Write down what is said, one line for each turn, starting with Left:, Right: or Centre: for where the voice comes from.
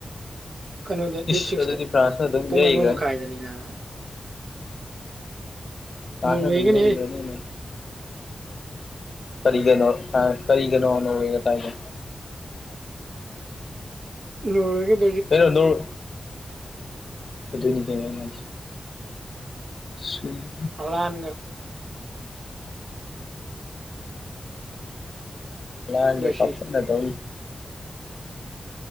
Right: ꯀꯩꯅꯣꯗ
Left: ꯏꯁ
Right: ꯗꯦꯠ ꯁꯤꯛꯁꯇ
Left: ꯑꯗꯨꯗꯤ ꯐ꯭ꯔꯥꯟꯁꯅ ꯑꯗꯨꯝ
Right: ꯄꯨꯡ
Left: ꯌꯩꯈ꯭ꯔꯅꯤ
Right: ꯑꯃ ꯃꯈꯥꯏꯗꯅꯤꯅꯕ
Left: ꯇꯥꯛꯁ
Right: ꯅꯣꯔꯋꯦꯒꯅꯦꯍꯦ
Left: ꯑꯗꯨꯝ ꯂꯦꯟꯂꯤꯕ꯭ꯔꯣ ꯂꯦꯝꯕ꯭ꯔꯣ ꯀꯔꯤꯒꯅꯣ ꯐ꯭ꯔꯥꯟꯁ ꯀꯔꯤꯒꯅꯣ ꯅꯣꯔꯋꯦꯒ ꯇꯥꯏꯗꯣ
Right: ꯅꯣꯔꯋꯦꯒ
Left: ꯀꯩꯅꯣ ꯅꯣꯔ ꯑꯗꯨꯅꯤꯗꯅ ꯑꯩ ꯍꯥꯏ ꯁꯨꯝ
Right: ꯍꯂꯥꯟꯒ
Left: ꯍꯂꯥꯟꯒ
Right: ꯔꯨꯁꯤ
Left: ꯀꯥꯎꯊꯠꯅꯗꯧꯔꯤ